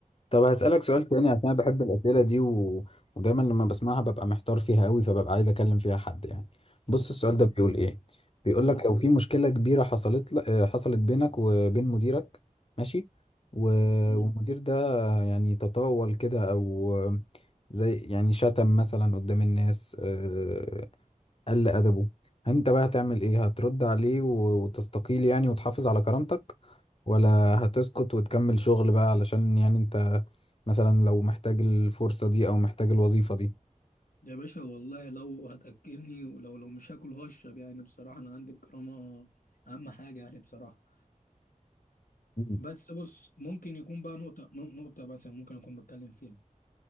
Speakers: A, on the left; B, on the left.
A: طب هسألك سؤال تاني عشان أنا بحب الأسئلة دي و... ودايما لما بسمعها ببقى محتار فيها قوي فببقى عايز أكلم فيها حد يعني بص السؤال ده بيقول إيه بيقول
B: قول
A: لك
B: لي
A: لو في مشكلة كبيرة حصلت ل... آه، حصلت بينك وبين مديرك ماشي و...
B: مم.
A: والمدير ده يعني تطاول كده أو زي يعني شتم مثلا قدام الناس آه، قل أدبه أنت بقى هتعمل إيه هترد عليه و- وتستقيل يعني وتحافظ على كرامتك ولا هتسكت وتكمل شغل بقى علشان يعني أنت مثلا لو محتاج الفرصة دي أو محتاج الوظيفة دي
B: يا باشا والله لو هتاكلني ولو لو مش هاكل هشرب يعني بصراحه انا عندي الكرامه اهم حاجه يعني بصراحه
A: مم.
B: بس بص ممكن يكون بقى نقطه نقطه مثلا ممكن اكون بتكلم فيها